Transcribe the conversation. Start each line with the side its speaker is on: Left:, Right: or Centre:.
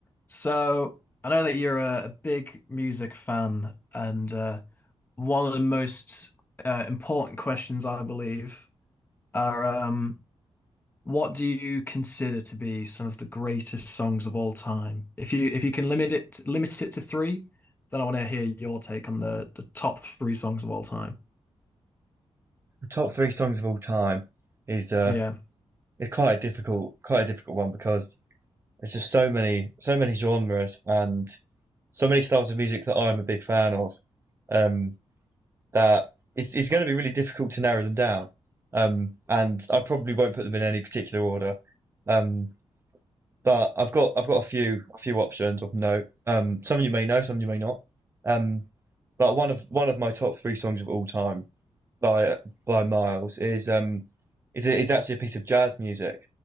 Left: So I know that you're a, a big music fan, and uh, one of the most uh, important questions, I believe, are um, what do you consider to be some of the greatest songs of all time? If you if you can limit it limit it to three, then I want to hear your take on the the top three songs of all time.
Right: top three songs of all time is uh
Left: Yeah.
Right: is quite a difficult quite a difficult one because there's just so many so many genres and so many styles of music that I'm a big fan of um that it's it's going to be really difficult to narrow them down um and I probably won't put them in any particular order um but I've got I've got a few a few options of note um some you may know some you may not um but one of one of my top three songs of all time by by Miles is um is is actually a piece of jazz music,